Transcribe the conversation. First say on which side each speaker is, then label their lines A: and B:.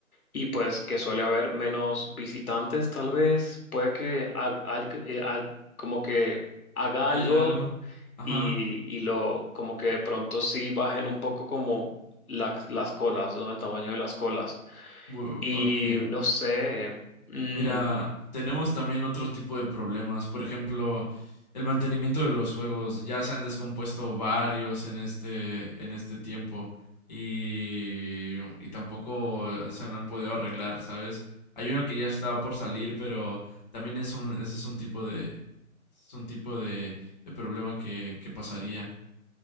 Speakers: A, on the left; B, on the left.
A: y pues que suele haber menos visitantes, tal vez, puede que ha- ha- eh, ha- como que haga
B: ¿Hay
A: algo
B: algo? Ajá.
A: y, y lo, como que de pronto sí bajen un poco como la- las colas, ¿no? El tamaño de las colas.
B: Bu-
A: Y
B: Ok.
A: no sé. mm,
B: Mira, tenemos también otro tipo de problemas. Por ejemplo, el mantenimiento de los juegos. Ya se han descompuesto varios en este, en este tiempo. Y, y tampoco se han podido arreglar, ¿sabes? Hay uno que ya estaba por salir, pero también es un, ese es un tipo de, es un tipo de, de problema que, que pasaría.